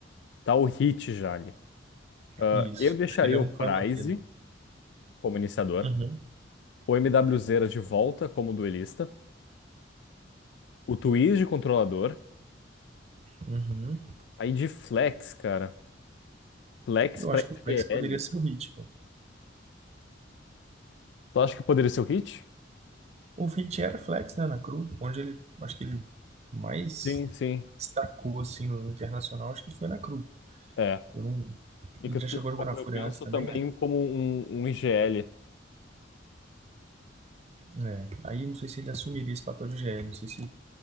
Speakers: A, on the left (about 65°); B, on the right (about 35°).
A: Tá o Hit já ali. Ah,
B: isso.
A: eu deixaria
B: Acho que ele é
A: o
B: o único
A: Prize
B: que vai manter, né?
A: como iniciador,
B: Uhum,
A: o MWZ de volta como duelista, O Twist de controlador.
B: uhum.
A: Aí de Flex, cara. Flex
B: Eu
A: pra
B: acho que o
A: IGL.
B: flex poderia ser o Hit, pô.
A: Tu acha que poderia ser o Hit?
B: O Hit era flex, né, na Cru, onde ele, acho que ele mais
A: Sim, sim.
B: destacou, assim, no internacional, acho que foi na Cru.
A: É.
B: Eu não,
A: E
B: ele
A: que
B: já
A: tu-
B: chegou a jogar na
A: eu
B: Fúria
A: penso
B: antes também,
A: também
B: né?
A: como um, um IGL.
B: É, aí não sei se ele assumiria esse papel de GL, não sei se